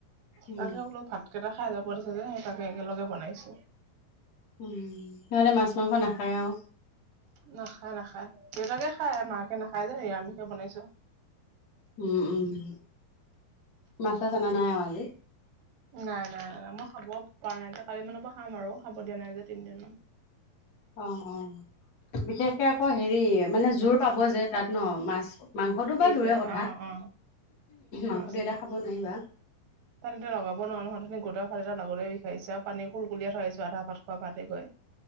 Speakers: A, on the left (about 70°); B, on the right (about 80°).
A: উম
B: তাকে বোলো ভাত কেইটা খাই যাব দিছে যে সেই তাকে একেলগে বনাইছো।
A: উম' সিহঁতে মাছ মাংস নাখায় আও।
B: নাখায় নাখায়, দেউতাকে খায় মাকে নাখায় যে নিৰামিষে বনাইছো।
A: উম উম' মাছ চাচ অনা নাই আৰু আজি।
B: নাই নাই নাই নাই, মই খাব পৰা নাই ত' কালি মানৰ পৰা খাম আৰু খাব দিয়া নাই যে তিনিদিনমান।
A: অঁ অঁ বিশেষকে আকৌ হেৰি মানে জোৰ পাব যে তাত ন মাছ। মাংসটো
B: সেইটোৱে
A: বাৰু দুূৰৰে কথা,
B: অ অ
A: মাংসটো
B: মাছটো
A: এতিয়া খাব নোৱাৰিবা।
B: <inaudible> তাত এতিয়া লগাব নোৱাৰো নহয়, উথনি গোটা ল'বলৈ বিচাৰিছে আৰু পানী কুলকুলিয়া থৈ আহিছো আধা ভাত খোৱা- ভাতে গৈ